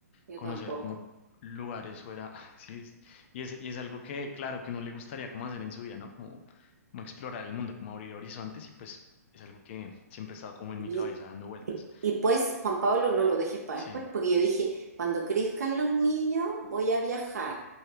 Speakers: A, on the right; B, on the left.
A: Yo
B: conocer
A: tampoco.
B: como lugares fuera, <laughs> sí, es- y es, y es algo que, claro, que no le gustaría como hacer en su vida, ¿no? Como, como explorar el mundo, como abrir horizontes y pues es algo que siempre ha estado como en mi
A: Y,
B: cabeza dando vueltas.
A: y- y pues, Juan Pablo, no lo dejes para
B: Sí,
A: después, porque yo dije, cuando crezcan los niños, voy a viajar.